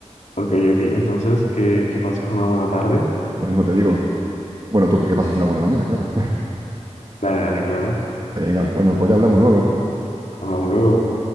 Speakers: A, on the left; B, on the right.
A: Ok, ok, entonces que, que pases una buena tarde.
B: Lo mismo te digo. Bueno, tú que pasas una buena mañana, claro.
A: Dale, dale, claro.
B: <laughs> Venga, bueno, pues ya hablamos luego.
A: Hablamos luego.